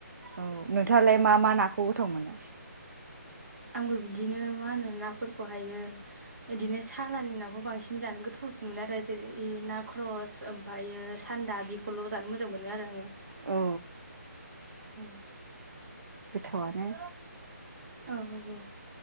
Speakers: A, on the right (about 85°); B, on the right (about 60°).
A: औ नोंथांङालाय मा मा नाखौ गोथाव मोनो
B: आंबो बिदिनो मा होनो नाफोरखौ हायो। बिदिनो सालानि नाखौ बांसिन जानो गो थावसिन मोनो आरो जेरै ना ख्रस ओमफायो सान्दा बेखौल' जानो मोजां मोनो आरो आंङो
A: औ
B: <inaudible>
A: गोथावआनो
B: औ औ